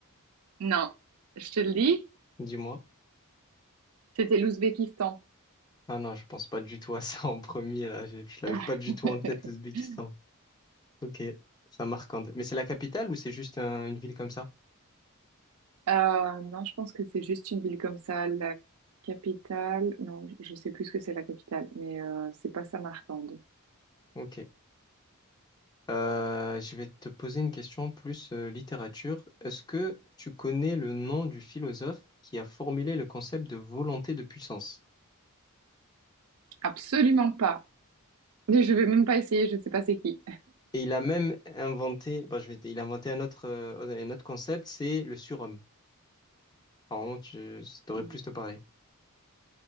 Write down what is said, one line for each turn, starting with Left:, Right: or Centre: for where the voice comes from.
Right: non. Je te le dis,
Left: Dis-moi.
Right: c'était l'Ouzbékistan.
Left: Ah non, je pense pas du tout à <laughs> ça en premier, là. Je, je l'avais
Right: <laughs>
Left: pas du tout en tête, l'Ouzbékistan. Ok. Samarcande. Mais c'est la capitale ou c'est juste un- une ville comme ça?
Right: Euh, non, je pense que c'est juste une ville comme ça. La capitale, non, je sais plus ce que c'est la capitale, mais euh, c'est pas Samarcande.
Left: Ok. Euh, je vais te poser une question plus euh, littérature. Est-ce que tu connais le nom du philosophe qui a formulé le concept de volonté de puissance?
Right: Absolument pas. Et Je vais même pas essayer, je sais pas c'est qui.
Left: Et il a même inventé, bon, je vais, te- il a inventé un autre, euh, un autre concept, c'est le surhomme. Normalement, tu, ça devrait
Right: <laughs>
Left: plus te parler.